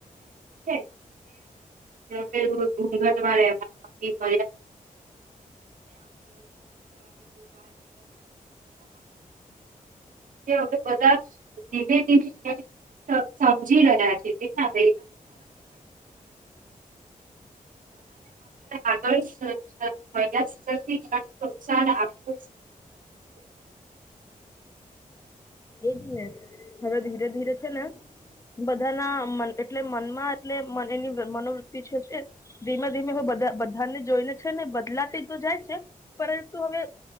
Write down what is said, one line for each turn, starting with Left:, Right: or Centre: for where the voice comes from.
Right: કે પેું ધગટમાં બતનીકની હવે બધા ધીમે ધીમે સમજી રહ્યા છે કે આપ આગળ પ્રોત્સાન આપું
Left: એજ ને હવે ધીરે ધીરે છે ને બધાના એટલે મનમાં એટલે મ એની મનોવૃત્તિ છે છે ધીમે ધીમે હ બધાને જોઈને છે ને બદલાતી તો જાય છે પરંતુ હવે